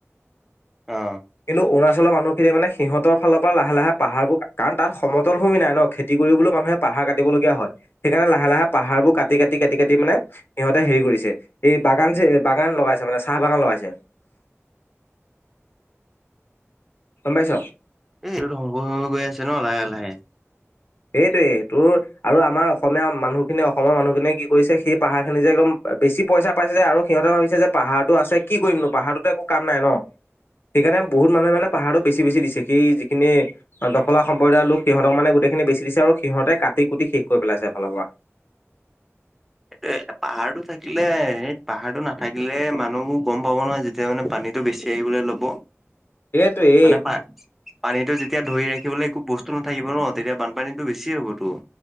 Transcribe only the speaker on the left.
কিন্ত অৰুণাচলৰ মানুহ- তেতিয়া মানে সিহঁতৰ ফালৰ পৰা লাহে লাহে পাহাৰবোৰ কাৰণ তাত সমতল ভূমি নাই ন, খেতি কৰিবলও মানুহে পাহাৰ কাট- কাটিব দিবলগীয়া হয়, সেইকাৰণে লাহে লাহে পাহাৰবোৰ কাটি কাটি কাটি কাটি মানে- সিহঁতে হেৰি কৰিছে, এই বাগান যে বাগান লগাইছে মানে চাহ বাগান লগাইছে। গম পাইছ?
এইটোৱেই তোৰ আৰু আমাৰ অসমীয়া মানুহখিনি অসমৰ মানুহখিনিয়ে কি কৰিছে সেই পাহাৰখিনি যে একদম- বা বেছি পইচা পাইছে যে আৰু সিহঁতে ভাবিছে যে পাহাৰটো আছে কি কৰিমনো পাহাৰটোতো একো কাম নাই ন। সেইকাৰণে বহুত মানুহে মানে পাহাৰটো বেছি বেছি দিছে। সেই যিখিনি- দফলা সম্প্ৰদায়ৰ লোক সিহঁতক মানে গোটেইখিনি বেচি দিছে আৰু সিহঁতে কাটি কুটি শেষ কৰি পেলাইছে এফালৰ পৰা।
সেইটোৱেই